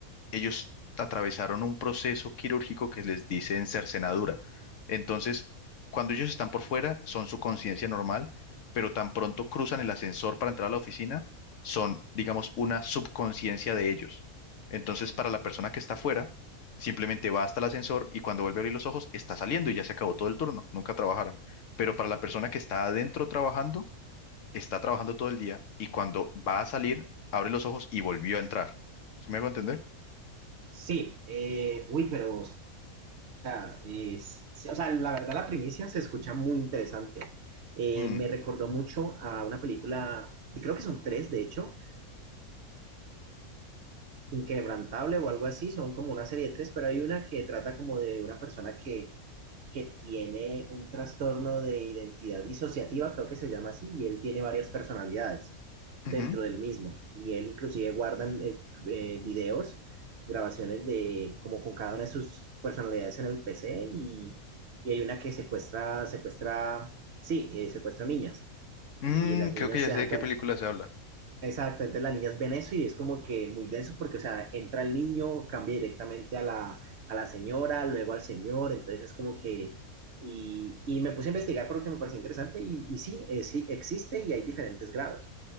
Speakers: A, on the left (about 65°); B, on the right (about 60°).
A: ellos atravesaron un proceso quirúrgico que les dicen cercenadura. Entonces, cuando ellos están por fuera, son su conciencia normal, pero tan pronto cruzan el ascensor para entrar a la oficina, son, digamos, una subconsciencia de ellos. Entonces, para la persona que está fuera, simplemente va hasta el ascensor y cuando vuelve a abrir los ojos, está saliendo y ya se acabó todo el turno, nunca trabajaron. Pero para la persona que está adentro trabajando, está trabajando todo el día y cuando va a salir, abre los ojos y volvió a entrar. ¿Se me hago entender?
B: Sí, eh, uy, pero, o sea, es- sí, o sea, la verdad la primicia se escucha muy interesante. Eh,
A: Mm.
B: me recordó mucho a una película, creo que son tres, de hecho, Inquebrantable o algo así, son como una serie de tres, pero hay una que trata como de una persona que, que tiene un trastorno de identidad disociativa, creo que se llama así, y él tiene varias personalidades dentro
A: Ujú.
B: del mismo, y él inclusive guarda eh, eh, videos, grabaciones de como con cada una de sus personalidades en el PC, y, y hay una que secuestra, secuestra, sí, eh, secuestra niñas,
A: Mm,
B: y las
A: creo
B: niñas
A: que ya
B: se
A: sé
B: dan
A: de qué
B: cuenta
A: película se habla.
B: Exacto, entonces las niñas ven eso y es como que muy denso porque, o sea, entra el niño, cambia directamente a la, a la señora, luego al señor, entonces es como que... Y, y me puse a investigar porque me pareció interesante y, y sí, eh, sí, existe y hay diferentes grados.